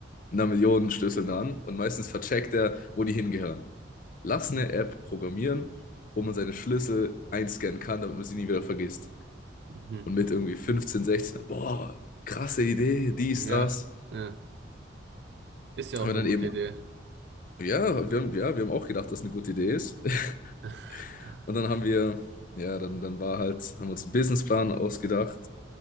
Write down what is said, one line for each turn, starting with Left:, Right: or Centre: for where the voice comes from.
Left: einer Million Schlüsseln dran und meistens vercheckt er, wo die hingehören. Lass
Right: Mhm.
Left: eine App programmieren, wo man seine Schlüssel einscannen kann, damit man sie nie wieder vergisst.
Right: Mhm.
Left: Und mit irgendwie 15, 16, boah, krasse Idee, dies,
Right: Ja,
Left: das,
Right: ja. Ist ja
Left: haben
Right: auch eine
Left: wir dann
Right: gute
Left: eben
Right: Idee.
Left: Ja, wir haben, ja, wir haben auch gedacht, dass eine gute Idee ist. <laughs>
Right: <laughs>
Left: Und dann haben wir, ja, dann, dann war halt, haben wir uns einen Businessplan ausgedacht.